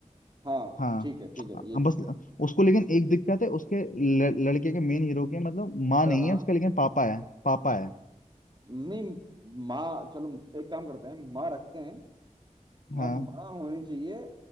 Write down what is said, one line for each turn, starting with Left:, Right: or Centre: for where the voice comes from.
Right: हाँ
Left: हाँ
Right: ठीक है ठीक है
Left: हाँ,
Right: ये ठीक
Left: बस
Right: है
Left: उसको लेकिन एक दिक्कत है उसके ल, लड़के के मेन हीरो के मतलब माँ
Right: हाँ
Left: नहीं है उसके लेकिन पापा है पापा है
Right: नहीं माँ चलो एक काम करते हैं माँ रखते हैं माँ
Left: हाँ
Right: माँ होनी चाहिए